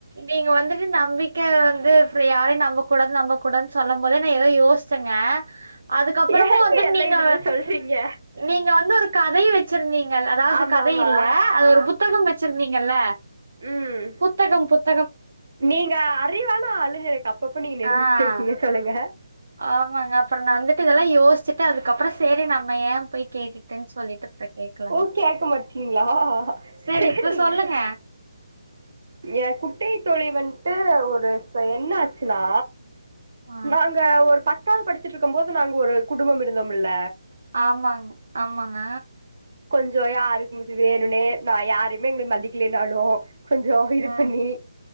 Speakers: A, on the right; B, on the right.
A: நீங்க வந்துட்டு நம்பிக்க து யாரையு நம்ப கூடாது நம்ப கூடானு சொல்லம் போதே எதோ யோச்சங்க அதுக்கப்புறமு
B: ஏங்க
A: வந்துட்
B: எல்லா
A: நீங்க
B: இதுவே சொல்றீங்க
A: நீங்க வந்து ஒரு கதை வெச்சிருந்தீங் ங்கல்லா அதாவுது
B: ஆமா
A: கதையில்ல
B: ஆமா
A: அது ஒரு புத்தகம் வெச்சுருந்தீங்கல்ல
B: உம்
A: புத்தகம் புத்
B: நீங்க அறிவான ஆளுன் எனக்கு அப்பப்ப நீங்க நிரூவுசுட்டே
A: ஆ
B: இருக்கீங்க சொல்லுங்க
A: ஆமாங்க அப்புற நா வந்துட்டு இதுல்லா இ யோசிட்டு அதுக்கப்புற சேரி நம்ம ஏ போய் கேக்குட்டு சொல்லிட்டு கேட்கலங்க.
B: ஓ கேக்க மாட்டீங்கிளா
A: சரி
B: செரி
A: இப்ப சொல்லுங்க.
B: எ குட்டை தோழிய வந்துட்டு ஒரு என்ன ஆச்சுன்னா
A: ஆ.
B: நாங்க ஒரு பத்தாவது படிச்சுட்டு இருக்கும் போது நாங்க ஒரு குடும்பம் இருந்தோம்முல்ல
A: ஆம்மாங் ஆமாங்க
B: கொஞ்சோ யாருக்கும்மிது வேணுன்னே நா யாருமே என்ன மதிக்கிலனாலு கொஞ்சோ இது
A: ம்.
B: பண்ணி